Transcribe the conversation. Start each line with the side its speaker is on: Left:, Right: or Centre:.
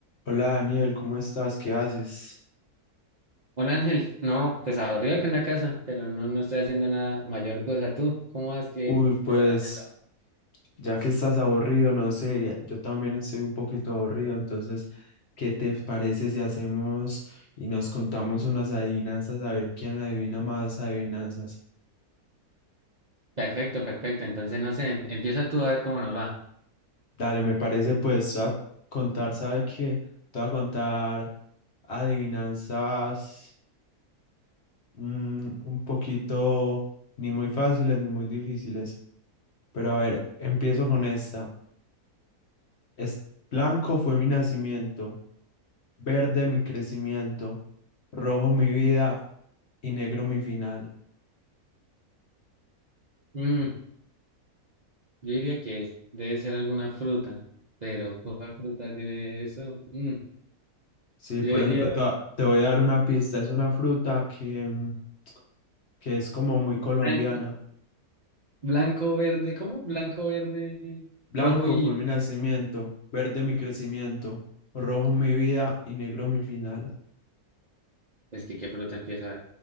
Left: Hola Daniel, ¿cómo estás? ¿Qué haces?
Right: Hola Ángel, no, pues aburrido que en la casa, pero no, no estoy haciendo nada mayor cosa. ¿Tú cómo vas? ¿Qué,
Left: Uy, pues
Right: qué estás haciendo?
Left: ya que estás aburrido, no sé, yo también estoy un poquito aburrido, entonces, ¿qué te parece si hacemos y nos contamos unas adivinanzas a ver quién adivina más adivinanzas?
Right: Perfecto, perfecto. Entonces, no sé, em- empieza tú a ver cómo nos va.
Left: Dale, me parece pues a contar, ¿sabe qué? Te voy a contar adivinanzas mm, un poquito ni muy fáciles ni muy difíciles, pero a ver, empiezo con esta. Es blanco fue mi nacimiento, verde mi crecimiento, rojo mi vida y negro mi final.
Right: Mm, yo diría que es- debe ser alguna fruta, pero ¿cuál fruta tiene eso? Mm,
Left: Sí,
Right: yo
Left: por
Right: diría
Left: ejemplo, te, va- te voy a dar una pista. Es una fruta que, mm, que es como muy colombiana.
Right: blanco, blanco, verde, ¿cómo? Blanco, verde,
Left: Blanco
Right: rojo y...
Left: fue mi nacimiento, verde mi crecimiento, rojo mi vida y negro mi final.
Right: Es que ¿qué fruta empieza